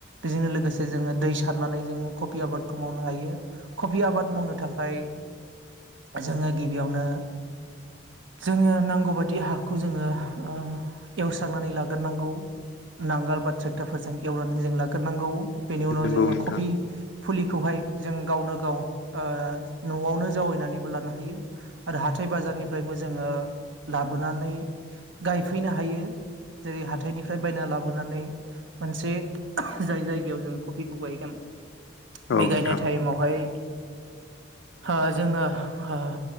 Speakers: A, on the right; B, on the left.
A: बेजोंनो लोगोसे जोङो दै सारनानै जोङो कफि आबादखौ मावनो हायो कफि आबाद मावनो थाखाय जोङो गिबियावनो जोङो नांगौबायदि हाखौ जोङो ओ एवस्रांनानै लाग्रोनांगौ नांगोल बा ट्रेक्टरफोरजों एवनानै जों लाग्रोनांगौ बेनि उनाव
B: नंगौ
A: जोङो
B: नोंथां
A: कफि फुलि खौहाय जों गावनो गाव ओ न'आवनो जावैनानैबो लानो हायो आरो हाथाय बाजार फोरनिफ्रायबो जोङो लाबोनानै गायफैनो हायो। जेरै- हाथायनिफ्राय बायना लाबोनानै मोनसे जाय जायगायाव जों कफिखौ गायगोन
B: औ
A: बे गायनाय
B: नोंथां
A: टाइमावहाय हो जोङो हो